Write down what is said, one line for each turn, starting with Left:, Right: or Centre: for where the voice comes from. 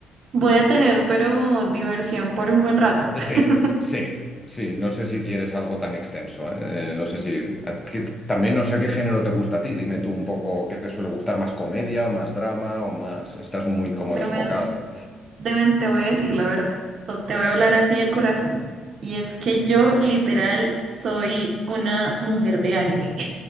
Right: Voy a tener, pero diversión por un buen rato.
Left: Sí,
Right: <laughs>
Left: sí, sí. No sé si quieres algo tan extenso. ¿eh? Eh, No sé si. a- que- también no sé qué género te gusta a ti. Dime tú un poco qué te suele gustar, más comedia o más drama o más. Estás muy como
Right: Deben,
Left: descocada.
Right: deben te voy a decir la verdad. Pues te voy a hablar así de corazón. Y es que yo literal soy una mujer de anime. <laughs>